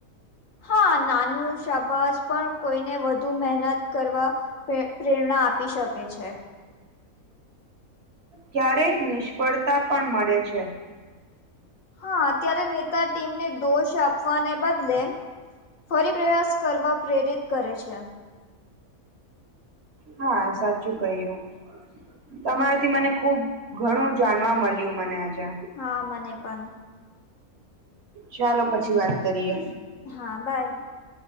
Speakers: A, on the left; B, on the right.
A: હા નાનું શાબાસ પણ કોઈને વધુ મહેનત કરવા પ્રે પ્રેરણા આપી શકે છે.
B: ક્યારેક નિષ્ફળતા પણ મળે છે.
A: હા, અત્યારે નેતા ટીમને દોષ આપવાને બદલે ફરી પ્રયાસ કરવા પ્રેરિત કરે છે.
B: હા સાચું કહ્યું. તમારાથી મને ખુબ ઘણું જાણવા મળ્યું મને આજે.
A: હા મને પણ.
B: ચાલો પછી વાત કરીએ.
A: હા બાય.